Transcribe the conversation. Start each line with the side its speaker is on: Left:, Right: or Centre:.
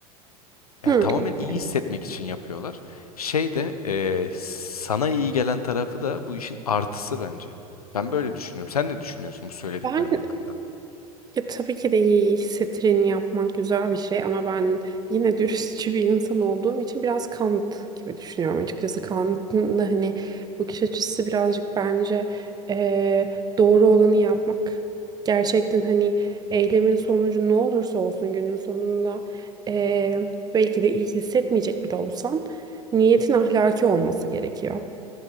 Left: Yani
Right: Hı.
Left: tamamen
Right: okey.
Left: iyi hissetmek için yapıyorlar. Şey de eee, sana iyi gelen tarafı da bu işin artısı bence. Ben böyle düşünüyorum. Sen ne düşünüyorsun bu söylediklerim
Right: Ben
Left: hakkında?
Right: Ya tabii ki de iyi hissettireni yapmak güzel bir şey ama ben yine <laughs> dürüstçü bir insan olduğum için biraz Kant gibi düşünüyorum açıkçası. Kant'ın da hani bakış açısı birazcık bence eee, doğru olanı yapmak. Gerçekten hani eylemin sonucu ne olursa olsun günün sonunda eee, belki de iyi hissetmeyecek bile olsan niyetin ahlaki olması gerekiyor.